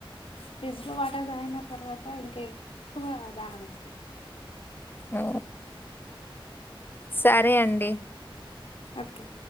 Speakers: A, on the left (about 75°); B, on the left (about 20°).
A: ఫ్రిడ్జ్ లో వాటర్ తాగిన తర్వాత ఇంకా ఎక్కువ దాహం ఏస్తది.
B: ఓ సరే అండి.
A: ఓకే